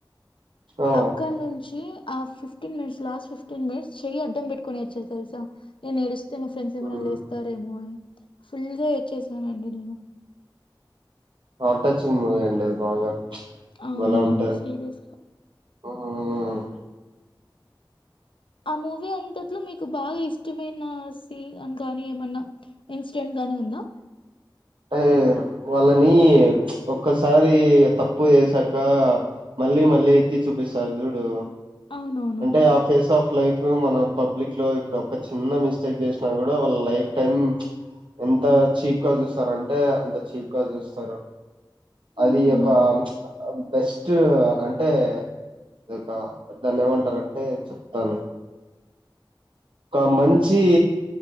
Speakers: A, on the right (about 75°); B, on the left (about 90°).
A: ఆ ఆ,
B: అ అక్కడ నుంచి ఆ fifteen minutes last fifteen minutes చేయి అడ్డం పెట్టుకొని ఏడ్చాను తెలుసా నేను ఎడిస్తే మా ఫ్రెండ్స్ ఏమైనా
A: ఉమ్,
B: లేస్తారేమో అని ఫుల్ గా ఏడ్చేసాను అండి నేను
A: హర్ద్ టచింగ్ మూవీ అండి ఆది బాగా
B: అవునవును
A: భలే ఉంటది
B: సీరియస్లీ
A: ఉమ్,
B: ఆ మూవీ అంతట్లో మీకు బాగా ఇష్టమైన సీన్ కానీ ఏమన్నా ఇన్సటెంట్ గాని ఉందా
A: అంటే వాళ్ళని ఒక్కసారి తప్పు చేసాక మళ్ళీ మళ్ళీ
B: ఉమ్.
A: ఎత్తి చూపిస్తారు చూడు
B: అవునవునవును
A: అంటే ఆ ఫేస్ ఆఫ్ లైఫ్ లో మన పబ్లిక్ లో ఇప్పుడు ఒక చిన్న మిస్టేక్ చేసినా కూడా వాళ్ళ లైఫ్ టైమ్ ఎంత చీప్ గా చూస్తారు అంటే అంత చీప్ గా చూస్తారు అది
B: ఉహుం.
A: ఒక బెస్ట్ అంటే అది ఒక దాన్ని ఏమంటారంటే చెప్తాను ఒక మంచి